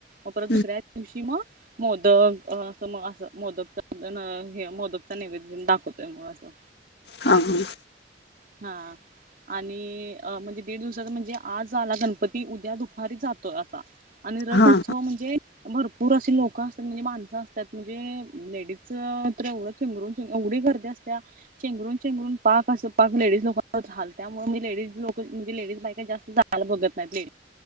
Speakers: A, on the right; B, on the left.
A: मग परत दुसऱ्या
B: हम्म
A: दिवशी मगं. मोदक असं मग असं मोदकचा, मोदकच नैवेद दाखवतोय मग असं.
B: अं.. हं..
A: हां. आणि अं. म्हणजे दीड दिवसाचा म्हणजे, आज आला गणपती उद्या दुपारीत जातोय असा. आणि रथउत्सव
B: हा हा
A: म्हणजे, भरपूर असे लोकं असतात म्हणजे, माणसं असतात म्हणजे लेडीज तर एवढ. चेंगरूनंग एवढी गर्दी असत्या चेंगरून चेंगरून पाक अस. पाक लेडीज लोकांच झाल त्यामुळे, मी लेडीज लोक म्हणजे लेडीज बायका जास्त जायला बघत नाही.